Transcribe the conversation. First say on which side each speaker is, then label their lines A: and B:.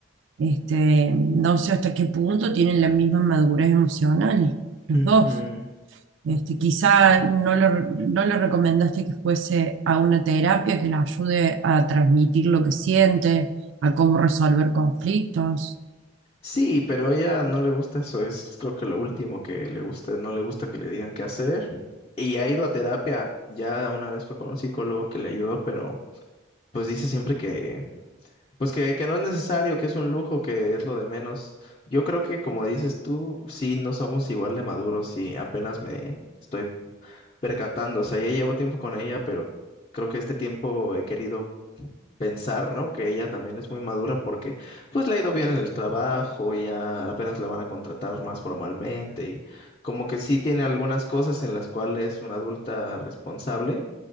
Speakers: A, on the right; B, on the left.
A: este, no sé hasta qué punto tienen la misma madurez emocional, los
B: Ujú.
A: dos. Este, quizá no le, no le recomendaste que fuese a una terapia que le ayude a transmitir lo que siente, a cómo resolver conflictos.
B: Sí, pero a ella no le gusta eso, es creo que lo último que le gusta, no le gusta que le digan qué hacer. Y ha ido a terapia, ya una vez fue con un psicólogo que le ayudó, pero pues dice siempre que, pues que, que no es necesario, que es un lujo, que es lo de menos. Yo creo que como dices tú, sí, no somos igual de maduros y apenas me estoy percatando, o sea, ya llevo tiempo con ella, pero creo que este tiempo he querido pensar, ¿no? Que ella también es muy madura porque pues le ha ido bien en el trabajo, ya apenas la van a contratar más formalmente y como que sí tiene algunas cosas en las cuales es una adulta responsable,